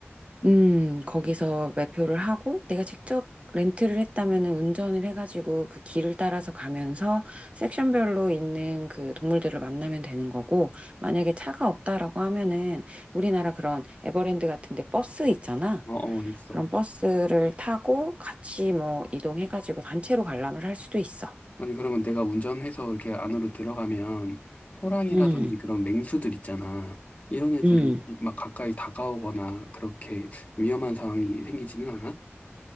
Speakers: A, on the right; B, on the left.
A: 음, 거기서 매표를 하고 내가 직접 렌트를 했다면은 운전을 해가지고 그 길을 따라서 가면서 섹션별로 있는 그 동물들을 만나면 되는 거고 만약에 차가 없다라고 하면은 우리나라 그런 에버랜드 같은데 버스 있잖아.
B: 어, 어, 있어.
A: 그런 버스를 타고 같이 뭐 이동해가지고 단체로 관람을 할 수도 있어.
B: 아니 그러면 내가 운전해서 이렇게 안으로 들어가면 호랑이라든지
A: 음,
B: 그런 맹수들 있잖아. 이런 애들은
A: 음.
B: 막 가까이 다가오거나 그렇게 위험한 상황이 생기지는 않아?